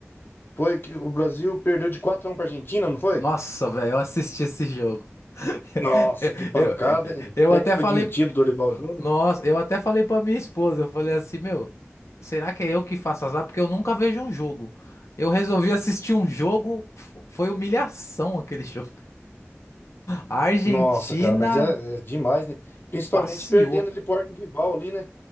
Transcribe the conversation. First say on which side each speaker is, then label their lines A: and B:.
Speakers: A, on the left; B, on the left.
A: Foi que o Brasil perdeu de 4 a 1 pra Argentina, não foi?
B: Nossa, velho, eu assisti esse jogo.
A: Nossa,
B: <laughs>
A: que pancada,
B: Eu,
A: hein?
B: eu
A: O técnico
B: até
A: foi
B: falei,
A: demitido, Dorival Júnior.
B: nossa, eu até falei pra minha esposa, eu falei assim, meu, será que é eu que faço azar? Porque eu nunca vejo um jogo. Eu resolvi assistir um jogo, f- foi humilhação aquele jogo. <laughs> A Argentina
A: Nossa, cara, mas é, é demais, né? Principalmente
B: passeou.
A: perdendo ele pro arco rival ali, né?